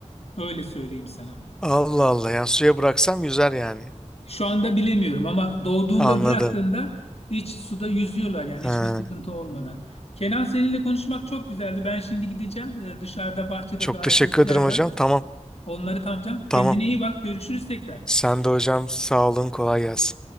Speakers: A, on the left (about 55°); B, in the centre.
A: Öyle söyleyeyim sana.
B: Allah Allah yani suya bıraksam yüzer yani.
A: Şu anda bilemiyorum ama doğduğunda
B: Anladım.
A: bıraktığında hiç suda yüzüyorlar yani
B: Ha,
A: hiçbir sıkıntı olmadan. Kenan seninle konuşmak çok güzeldi. Ben şimdi gideceğim. Ee, Dışarıda bahçede
B: çok
A: bazı
B: teşekkür
A: işler
B: ederim
A: var.
B: hocam. Tamam,
A: Onları tamamlayacağım. Kendine
B: tamam.
A: iyi bak. Görüşürüz tekrar.
B: Sen de hocam sağ olun, kolay gelsin.